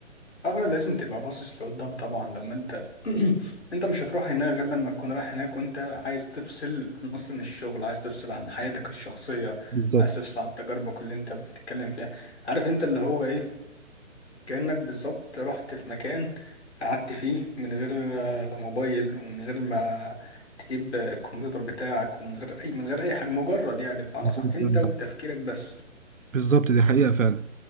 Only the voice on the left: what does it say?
اول لازم تبقى باصص لقدام طبعا لما انت <clears throat> انت مش هتروح هناك غير لما تكون رايح هناك وانت عايز تفصل عن اصلا الشغل عايز تفصل عن حياتك الشخصيه
عايز تفصل عن تجاربك اللي انت بتتكلم فيها عارف انت اللي هو ايه كأنك بالظبط رحت في مكان قعدت فيه من غير آه، لا موبايل ومن غير ما تجيب آه، الكمبيوتر بتاعك ومن غير أي من غير أي حاجة مجرد يعني بمعنى
صح أنت وبتفكيرك بس